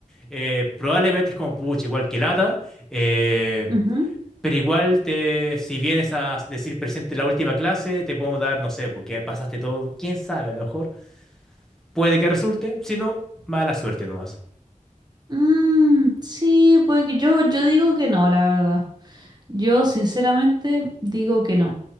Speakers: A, in the centre; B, on the right.
A: eh, probablemente es como, pucha, igual que lata, eh,
B: ujú.
A: pero igual te, si vienes a decir presente en la última clase, te podemos dar, no sé, porque pasaste todo, quién sabe, a lo mejor puede que resulte, si no, mala suerte nomás.
B: Mm, sí, pues que yo, yo digo que no, la verdad. Yo sinceramente digo que no.